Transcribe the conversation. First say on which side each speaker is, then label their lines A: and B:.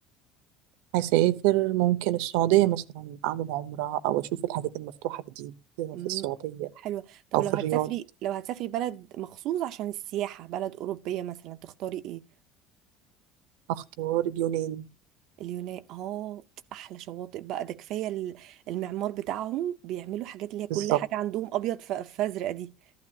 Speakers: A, on the right; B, on the right.
A: هسافر ممكن السعودية مثلا أعمل عمرة أو أشوف الحاجات المفتوحة جديد في
B: مم،
A: السعودية
B: حلوة طب
A: أو
B: لو
A: في الرياض
B: هتسافري لو هتسافري بلد مخصوص عشان السياحة بلد أوروبية مثلا تختاري ايه
A: أختار اليونان
B: اليونان اه أحلى شواطئ بقى ده كفاية ال- المعمار بتاعهم بيعملوا حاجات اللي هي كل
A: بالظبط
B: حاجة عندهم أبيض ف- فأزرق دي